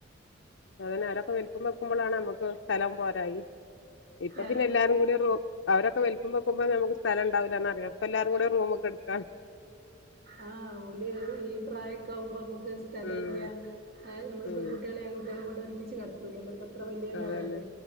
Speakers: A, on the left; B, on the right.
A: അങ്ങനെ ആരൊക്കെ വലുപ്പം വെക്കുമ്പോഴാണ് നമുക്ക് സ്ഥലം പോരായി. ഇപ്പൊ
B: ഏഹ്
A: പിന്നെ എല്ലാരും കൂടി റൂ അവരൊക്ക വലിപ്പം വെക്കുമ്പോ നമുക്ക് സ്ഥലം ഇണ്ടാവില്ലാന്നറിയാം. പ്പൊ എല്ലാരും കൂട റൂമക്കെ എടുത്താണ്.
B: ആ ഒല് ഈ പ്രായക്കെ ആകുമ്പോ നമുക്ക് സ്ഥലം
A: ഉം
B: ഇല്ല. നമ്മളി
A: ഉം
B: പെൺകുട്ടികളെ <unintelligible> <unintelligible> കൂടെ ഒരുമിച്ച് കെടത്തൂലല്ലോ. ഇപ്പ ഇത്ര വലിയതാകാലേ.
A: അതന്നെ